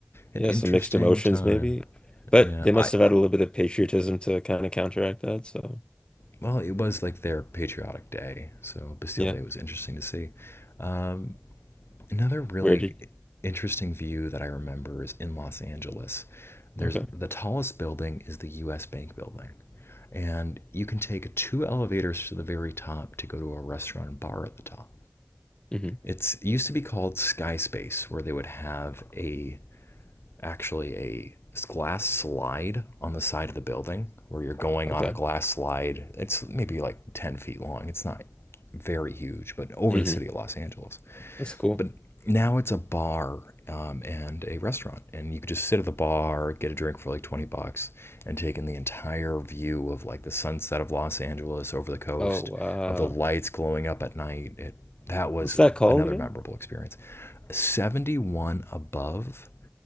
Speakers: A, on the left; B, on the left.
A: an
B: yeah,
A: interesting
B: some mixed emotions
A: time.
B: maybe. But
A: Yeah,
B: they must
A: I,
B: have had
A: I
B: a little bit of patriotism to kind of counteract that. So,
A: well, it was like their patriotic day, so Bastille
B: yeah.
A: Day was interesting to see. Um, Another really
B: Where did
A: interesting view that I remember is in Los Angeles. There's
B: Okay.
A: the tallest building is the US Bank building. And you can take two elevators to the very top to go to a restaurant and bar at the top.
B: hmm
A: It's it used to be called Sky Space, where they would have a actually a glass slide on the side of the building where you're going
B: Okay.
A: on a glass slide. It's maybe like 10 feet long. It's not very huge, but over
B: hmm
A: the city of Los Angeles
B: That's cool.
A: but now it's a bar um, and a restaurant, and you could just sit at the bar, get a drink for like twenty bucks, and take in the entire view of like the sunset of Los Angeles over the coast,
B: Oh, wow.
A: of the lights glowing up at night. It, that was
B: What's that called
A: another
B: again?
A: memorable experience. Seventy-one above